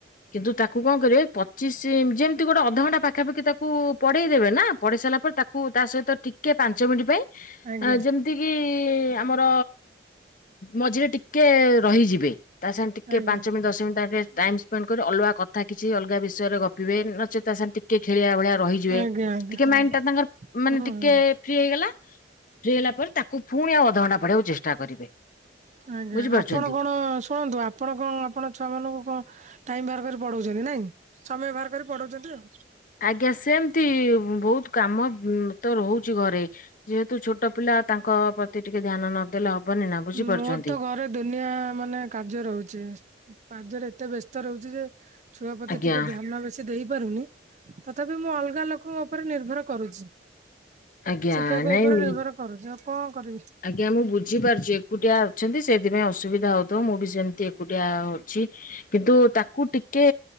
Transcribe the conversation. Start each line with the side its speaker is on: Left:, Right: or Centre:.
Left: କିନ୍ତୁ ତାକୁ ତାକୁ କଣ କରିବେ ପଚିଶ ଯେମିତି ଗୋଟେ ଅଧଘଣ୍ଟା ପାଖାପାଖି ତାକୁ ପଢେଇ ଦେବେ ନା ପଢେଇ ସାରିଲା ପରେ ତାକୁ ତା ସହିତ ତ ଟିକେ ପାଞ୍ଚ ମିନିଟ୍ ପାଇଁ
Right: ଆଜ୍ଞା
Left: ଯେମ୍ ଯେମିତିକି ଆମର ମଝିରେ ଟିକେ ରହିଯିବେ। ତା ସାଙ୍ଗ ଟିକେ
Right: ଆଜ୍ଞା
Left: ପାଞ୍ଚ ମିନଟ ଦଶ ମିନିଟ୍ ତା ଟିକେ ଟାଇମ୍ ସ୍ପେଣ୍ଡ କରି ଅଲଗା କ ଥା କିଛି ଅଲଗା ବିଷୟରେ ଗପିବେ ନଚେତ୍ ତା ସାଙ୍ଗ ରେ ଟିକ କେ ଖେଳିଆ ଭଳିଆ ରହିଯିବେ।
Right: ଆଜ୍ଞା ଆଜ୍ଞା
Left: ଟିକେ
Right: ହଁ
Left: ମାଇଣ୍ଡ ଟା ତାଙ୍କର ମାନେ
Right: ହୁଁ
Left: ଟିକେ
Right: ହୁଁ।
Left: ଫ୍ରି ହେଇଗଲା ଫ୍ରି ହେଲା ପରେ ତାକୁ ପୁଣି ଆଉ ଅଧଘଣ୍ଟା ପଢେଇଆକୁ ଚେଷ୍ଟା କରିବେ।
Right: ଆଜ୍ଞା
Left: ବୁଝିପାରୁଛନ୍ତି।
Right: ଆପଣ କଣ ଶୁଣନ୍ତୁ ଆପ୍ ଆପଣ କଣ ଆପଣ ଛୁଆ ମାନଙ୍କୁ କଣ ଟାଇମ ବାହାର କରି ପଢଉଛନ୍ତି ନାଇଁ। ସମୟ ବାହାର କରି ପଢାଉଚନ୍ତି ଆଉ।
Left: ଆଜ୍ଞା ସେମତି ବହୁତ କାମ ଉଁ ତ ରହୁଚି ଘରେ। ଯେହେତୁ ଛୋଟ ପିଲା ତାଙ୍କ ପ୍ରତି ଟିକେ ଧ୍ୟାନ ନଦେଲେ ହବନି ନା ବୁଝିପାରୁଚନ୍ତି?
Right: ମୋର ତ ଘରେ ଦୁନିଆ ମାନେ କାର୍ଯ୍ୟ ରହୁଚି। କାର୍ଯ୍ୟରେ ଏତେ ବ୍ୟସ୍ ତ ରହୁଚି ଯେ ଛୁଆ ପ୍ରତି
Left: ଆଜ୍ଞା
Right: ଟିକେ ଧ୍ୟାନ ବେଶି ଦେଇ ପାରୁନି। ତଥାପି ମୁଁ ଅଲଗା ଲୋକଙ୍କ ଉପରେ ନିର୍ଭର କରୁଛି।
Left: ଆଜ୍ଞା
Right: ଶିକ୍ଷକ
Left: ନାଇଁ
Right: ଉପରେ
Left: ନି
Right: ନିର୍ଭର କରୁଛି। ଆଉ କଣ କରିବି?
Left: ଆଜ୍ଞା ମୁଁ ବୁଝିପାରୁଚି ଏକୁଟିଆ ଅଛନ୍ତି ସେଥିପାଇଁ ଅସୁବିଧା ହଉଥିବ ମୁଁ ବି ସେମିତି ଏକୁଟିଆ ଅ ଛି କିନ୍ତୁ ତାକୁ ଟିକେ